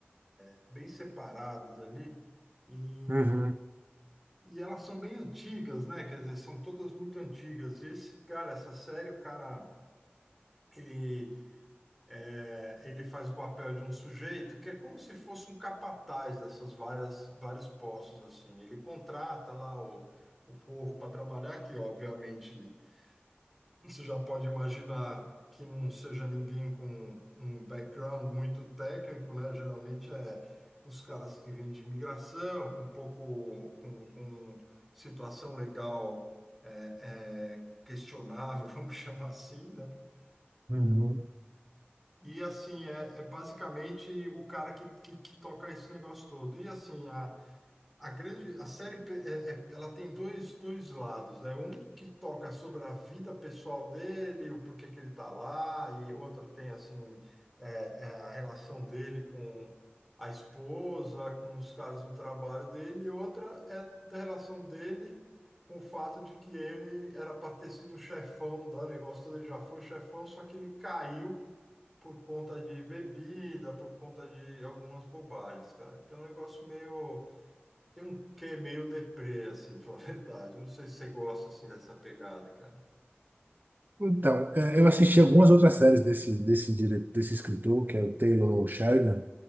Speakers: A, in the centre; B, on the right (about 50°).
A: é, bem separadas ali e,
B: Uhum,
A: e elas são bem antigas, né? Quer dizer, são todas muito antigas. E esse cara, essa série, o cara, ele é, ele faz o papel de um sujeito que é como se fosse um capataz dessas várias vários postos assim. Ele contrata lá o, o povo para trabalhar, que obviamente você já pode imaginar que não seja ninguém com um background muito técnico, né? Geralmente é os caras que vêm de imigração, com pouco com, com situação legal é, é, questionável, <laughs> vamos chamar assim, né? E
B: uhum.
A: e assim, é, é basicamente o cara que, que, que toca esse negócio todo. E assim, a, a grande, a série, pe- é- é- ela tem dois, dois lados, né? Um que toca sobre a vida pessoal dele, o porquê que ele tá lá, e outro tem, assim, é, é, a relação dele com a esposa, com os caras do trabalho dele, e outra é da relação dele com o fato de que ele era para ter sido chefão do negócio todo, ele já foi chefão, só que ele caiu por conta de bebida, por conta de algumas bobagens, cara. Então é um negócio meio. Tem um quê meio deprê, assim, <laughs> pra falar a verdade. Eu Não sei se você gosta, assim, dessa pegada, cara.
B: Então, é, eu assisti algumas outras séries desse, desse, dire- desse escritor, que é o Taylor Sheridan,